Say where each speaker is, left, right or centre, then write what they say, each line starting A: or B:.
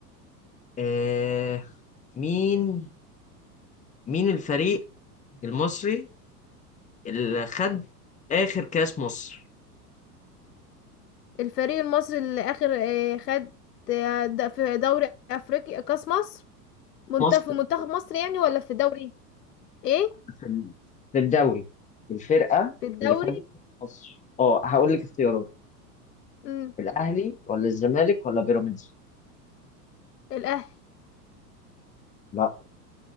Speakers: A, on the left (about 15°); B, on the left (about 70°).
A: آه، مين مين الفريق المصري اللي خد آخر كأس مصر؟
B: الفريق المصري اللي اخر آه، خد آه، د- في دوري افريقيا كاس مصر منتخب
A: مصر
B: في منتخب مصر يعني ولا في دوري ايه
A: في ال- في الدوري الفرقة
B: في الدوري
A: اللي خدت مصر اه هقول لك اختيارات
B: امم
A: الاهلي ولا الزمالك ولا بيراميدز
B: الاهلي
A: لا